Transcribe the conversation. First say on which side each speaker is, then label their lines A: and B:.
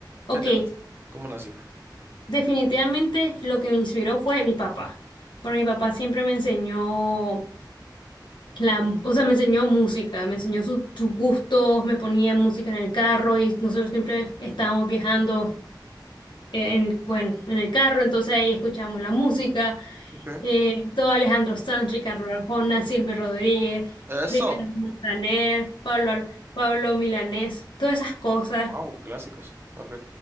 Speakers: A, on the left (about 85°); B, on the right (about 30°).
A: Ok,
B: ¿Qué te nace? ¿Cómo nació?
A: definitivamente lo que me inspiró fue mi papá, porque mi papá siempre me enseñó la, o sea, me enseñó música, me enseñó su- sus gustos, me ponía música en el carro y nosotros siempre estábamos viajando eh, en, bueno, en el carro, entonces ahí escuchábamos la música,
B: Okay.
A: eh, todo Alejandro Sanz, Ricardo Arjona, Silvio Rodríguez,
B: Eso.
A: Ricardo Montaner, Pablo, Ar- Pablo Milanés, todas esas cosas.
B: Wow, clásicos. Ok.